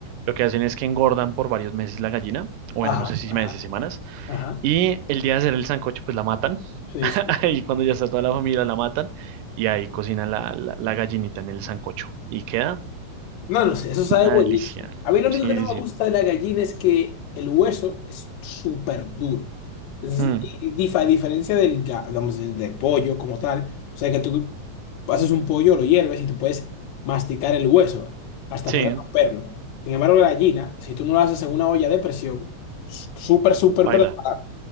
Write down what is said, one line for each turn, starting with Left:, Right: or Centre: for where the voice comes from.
Right: lo que hacen es que engordan por varios meses la gallina, o bueno,
Left: Ajá,
Right: no sé si
Left: ajá,
Right: meses, semanas,
Left: ajá.
Right: y el día de hacer el sancocho, pues la matan.
Left: Sí,
Right: <laughs>
Left: sí.
Right: Y cuando ya está toda la familia, la matan y ahí cocinan la, la, la gallinita en el sancocho. Y queda
Left: No lo sé, eso sabe
Right: una
Left: buenísimo.
Right: delicia.
Left: A mí lo único
Right: Sí,
Left: que no
Right: sí,
Left: me
Right: sí.
Left: gusta de la gallina es que el hueso es súper duro. Es-
Right: Mm,
Left: y dif- a diferencia del, ga- vamos, del del pollo como tal, o sea que tú haces un pollo, lo hierves y tú puedes masticar el hueso hasta
Right: Sí,
Left: poder romperlo. Sin embargo, la gallina, si tú no lo haces en una olla de presión, s- súper, súper
Right: baila.
Left: preparada,